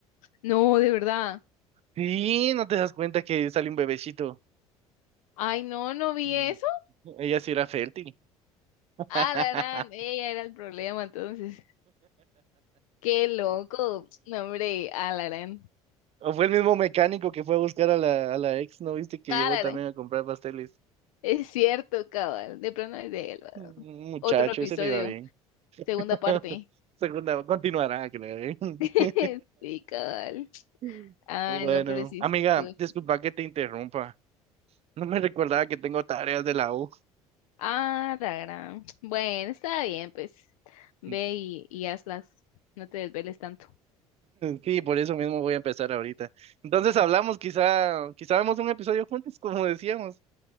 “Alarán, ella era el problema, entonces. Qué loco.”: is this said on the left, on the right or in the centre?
Left